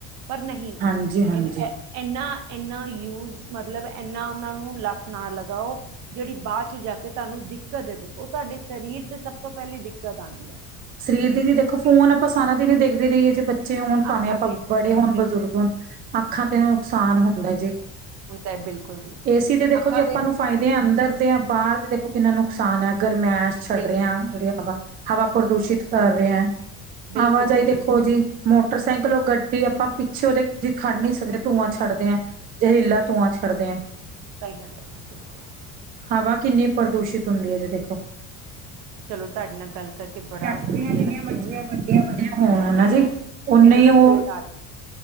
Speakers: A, on the right; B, on the right.
A: ਪਰ ਨਹੀਂ
B: ਹਾਂਜੀ ਹਾਂਜੀ
A: ਇਹ ਇਨਾ ਇਨਾ ਯੂਜ ਮਤਲਬ ਇੰਨਾ ਉਹਨਾਂ ਨੂੰ ਲੱਤ ਨਾ ਲਗਾਓ, ਜਿਹੜੀ ਬਾਅਦ ਚ ਜਾ ਕੇ ਤੁਹਾਨੂੰ ਦਿੱਕਤ ਦੇਵੇ ਉਹ ਤੁਹਾਡੇ ਸਰੀਰ ਤੇ ਸਭ ਤੋਂ ਪਹਿਲੀ ਦਿੱਕਤ ਆਉਂਦੀ ਹੈ।
B: ਸਰੀਰ ਦੇ ਜ ਦੇਖੋ
A: ਕਿਉਂਕਿ
B: ਫੋਨ ਆਪਾਂ ਸਾਰਾ ਦਿਨ ਹੀ ਦੇਖਦੇ ਰਹੀਏ ਜੇ ਬੱਚੇ ਹੋਣ ਭਾਵੇਂ
A: ਅੱਖਾਂ
B: ਆਪਾਂ
A: ਤੇ
B: ਬੜੇ ਹੋਣ
A: ਬਿਲਕੁਲ
B: ਬਜ਼ੁਰਗ ਹੋਣ। ਅੱਖਾਂ ਤੇ ਨੁਕਸਾਨ ਹੁੰਦਾ ਜੀ
A: ਹੁੰਦਾ ਹੈ ਬਿਲਕੁਲ ਜੀ
B: ਏਸੀ ਤੇ ਦੇਖੋ
A: ਅੱਖਾਂ
B: ਜੀ ਆਪਾਂ
A: ਦੇ
B: ਨੂੰ ਫਾਇਦੇ ਅੰਦਰ ਦੇ ਜਾਂ ਬਾਹਰ ਦੇਖੋ ਕਿੰਨਾ ਨੁਕਸਾਨ ਹੈ ਗਰਮੈਸ਼ ਛੱਡ
A: ਬਿਲਕੁਲ
B: ਰਿਹਾ
A: ਜੀ
B: ਜਿਹੜੀ ਹ ਹਵਾ ਪੁਰ ਦੂਸ਼ਿਤ ਕਰ ਰਿਹਾ
A: ਬਿਲਕੁਲ
B: ਆਵਾਜਾਈ
A: ਜੀ
B: ਦੇਖੋ
A: ਬਿਲਕੁਲ
B: ਜੀ ਮੋਟਰਸਾਈਕਲ ਉਹ ਗੱਡੀ ਆਪਾਂ ਪਿੱਛੇ ਉਹਦੇ ਜੇ ਖੜਨੀ ਧੂੰਆਂ ਛੱਡਦੇਂ ਐਂ, ਜ਼ਹਿਰੀਲਾ ਧੂੰਆਂ ਛੱਡਦੈਂ ਐਂ।
A: ਸਹੀ ਗੱਲ ਹੈ ਜੀ, ਬਿਲਕੁਲ
B: ਹਵਾ ਕਿੰਨੀ ਪ੍ਰਦੂਸ਼ਿਤ
A: ਚਲੋ
B: ਹੁੰਦੀ ਐ, ਜੀ ਦੇਖੋ।
A: ਚਲੋ ਤੁਹਾਡੇ ਨਾਲ ਗੱਲ ਕਰਕੇ ਬੜਾ
B: ਫੈਕਟਰੀਆਂ
A: ਵਧੀਆ
B: ਜਿੰਨੀਆਂ
A: ਲੱਗਿਆ
B: ਮਰਜ਼ੀਆਂ
A: ਹਾਂਜੀ
B: ਵੱਡੀਆਂ ਵੱਡੀਆਂ ਹੋਣ ਨਾ ਜੀ ਓਨੇ
A: ਮੈਨੂੰ
B: ਹੀ
A: ਨਾ
B: ਉਹ
A: ਕੋਲ ਆ ਰਹੀ ਹੈ